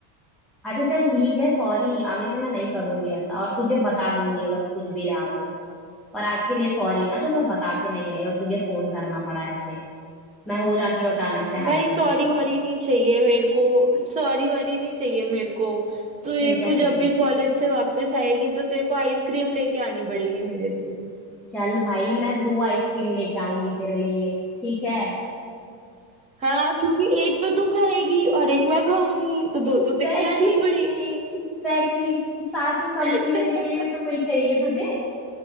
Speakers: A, in the centre; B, on the right.
A: अच्छा चल ठीक है सॉरी आगे से मैं नहीं करूंगी ऐसा और तुझे बता दूंगी अगर कुछ भी रहा तो और आज के लिए सॉरी हाँ जो मैं बता के नहीं आई और तुझे फोन करना पड़ा ऐसे मैं हो जाती हूँ अचानक से
B: भाई
A: हाइपर
B: सॉरी वॉरी नहीं चाहिए मेरे को सॉरी वॉरी नहीं चाहिए मेरे को तू ये
A: फिर क्या
B: तू
A: चाहिए
B: जब भी कॉलेज से वापस आएगी तो तेरे को आइसक्रीम लेके आनी पड़ेगी मेरे लिए
A: चल भाई मैं दो आइसक्रीम लेके आऊंगी तेरे लिए ठीक है
B: हाँ क्योंकि एक तो तू खाएगी और एक मैं खाऊंगी तो दो
A: एग्जैक्टली
B: तो तेरे को लानी ही पड़ेंगी
A: एग्जैक्टली साथ में कंपनी
B: <laughs>
A: देने के लिए भी तो कोई चाहिए तुझे